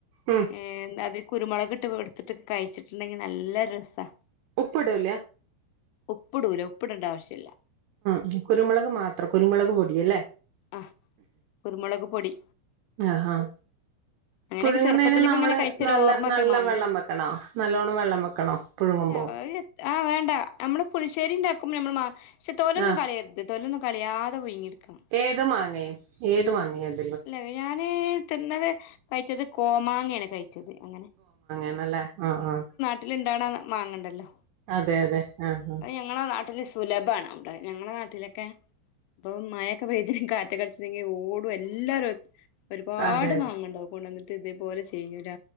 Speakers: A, on the right (about 80°); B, on the left (about 85°).
A: ഉം
B: ഏ അതിൽ കുരുമുളക് ഇട്ട് എടുത്തിട്ട കഴിച്ചിട്ടുണ്ടെങ്കി നല്ല രസാ
A: ഉപ്പിടില്ല
B: ഉപ്പിടൂല ഉപ്പിടേണ്ട ആവശ്യല്ല
A: ഉം കുരുമുളക് മാത്രം കുരുമുളക് പൊടിയല്ലേ
B: ആഹ് കുരുമുളക് പൊടി
A: ആഹ് ആഹ്
B: അങ്ങനെയൊക്കെ
A: പുഴുങ്ങുന്നതിന്
B: ചെറുപ്പത്തിലൊക്കെ
A: നമ്മള്
B: ഇങ്ങനെ കഴിച്ചൊരു
A: നല്ല
B: ഓർമ്മൊക്കെ
A: നല്ല
B: മാങ്ങ
A: വെള്ളം വെക്കണോ നല്ലോണം വെള്ളം വെക്കണോ പുഴുങ്ങുമ്പോ
B: അല്ല ആ വേണ്ട നമ്മള് പുളിശ്ശേരി ഉണ്ടാക്കുമ്പോ നമ്മൾ മാ പക്ഷെ തോലൊന്നും
A: ആഹ്
B: കളയരുത് തോലൊന്നും കളയാതെ പുഴുങ്ങിയെടുക്കണം
A: ഏത് മാങ്ങേ ഏത് മാങ്ങേ അത്
B: അല്ല ഞാന് തിന്നത് കഴിച്ചത് കോമാങ്ങയാണ് കഴിച്ചത് അങ്ങനെ
A: എന്നല്ലേ ആ ആഹ്
B: വീട്ടില്ണ്ടാവ്ണ മാങ്ങണ്ടല്ലോ
A: അതെ അതെ ആഹ് ആഹ്
B: അത് ഞങ്ങളെ നാട്ടില് സുലഭാണ് അവിടെ ഞങ്ങളെ നാട്ടിലൊക്കെ ഇപ്പൊ മഴൊക്കെ പെയ്ത് കാറ്റൊക്കെ അടിച്ചിട്ടിണ്ടെങ്കി ഓടും എല്ലാവരും ഒരുപാട്
A: അതെ അതെ
B: മാങ്ങണ്ടാവും കൊണ്ടന്നിട്ട് ഇതേപോലെ ചെയ്യൂല്ല